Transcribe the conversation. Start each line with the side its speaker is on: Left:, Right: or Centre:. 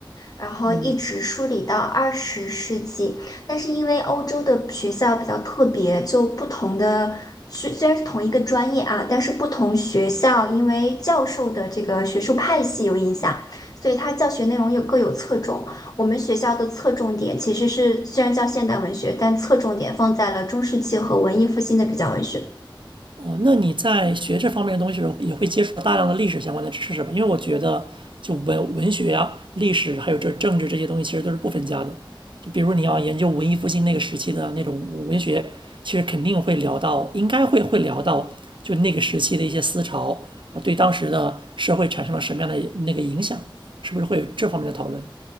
Left: 然后一直梳理到二十世纪。
Right: 嗯，
Left: 但是因为欧洲的学校比较特别，就不同的虽虽然是同一个专业啊，但是不同学校因为教授的这个学术派系有影响，所以它教学内容又各有侧重。我们学校的侧重点其实是虽然叫现代文学，但侧重点放在了中世纪和文艺复兴的比较文学。
Right: 哦，那你在学这方面的东西的时候，也会接触到大量的历史相关的知识吧？因为我觉得，就文文学啊、历史还有这政治这些东西，其实都是不分家的。就比如你要研究文艺复兴那个时期的那种文学，其实肯定会聊到，应该会会聊到，就那个时期的一些思潮，啊，对当时的社会产生了什么样的那个影响，是不是会有这方面的讨论？